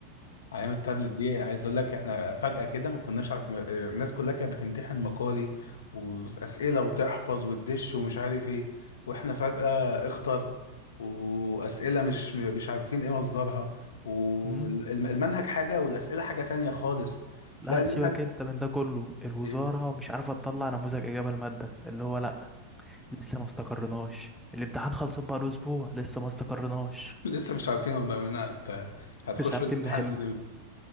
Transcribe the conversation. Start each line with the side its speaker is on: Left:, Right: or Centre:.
Left: ايام التابلت دي عايز اقول لك احنا فجأة كده ما كناش عارف آه، الناس كلها كانت بتمتحن مقالي واسئلة وتحفظ وتدش ومش عارف ايه واحنا فجأة اختر واسئلة مش مش عارفين ايه مصدرها والمنهج
Centre: امم
Left: حاجة والاسئلة حاجة تانية خالص
Centre: لا
Left: تلاقي المنهج
Centre: سيبك انت من ده كله الوزاره
Left: <laughs>
Centre: مش عارفه تطلع نموذج اجابه الماده اللي هو لا لسه ما استقرناش الامتحان خلصان بقى له اسبوع لسه ما استقرناش
Left: لسه مش عارفين هم منها هت... هتخشوا
Centre: مش عارفين
Left: الامتحان
Centre: نحله
Left: تزمي ده